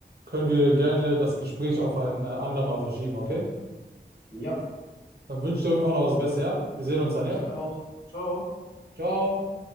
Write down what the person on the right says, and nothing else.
können wir gerne das Gespräch auf ein äh, andermal verschieben, okay?
Dann wünsche ich dir auf jeden Fall noch was Besseres, ja? Wir sehen uns dann,
ja?
Ciao!